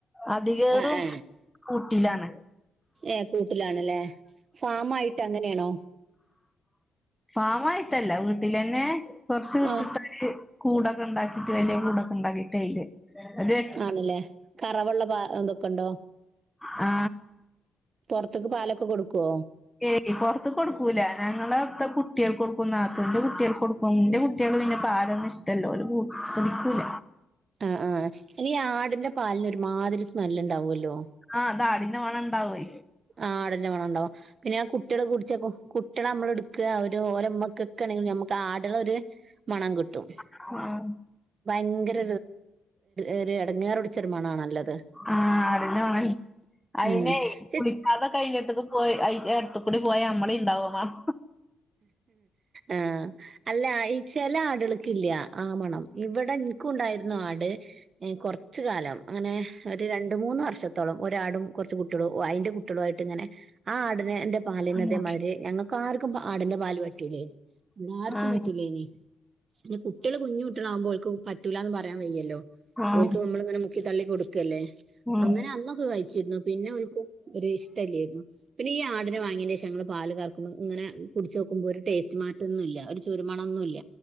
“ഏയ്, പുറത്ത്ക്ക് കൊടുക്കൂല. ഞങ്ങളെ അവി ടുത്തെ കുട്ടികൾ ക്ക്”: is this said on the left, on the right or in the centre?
Centre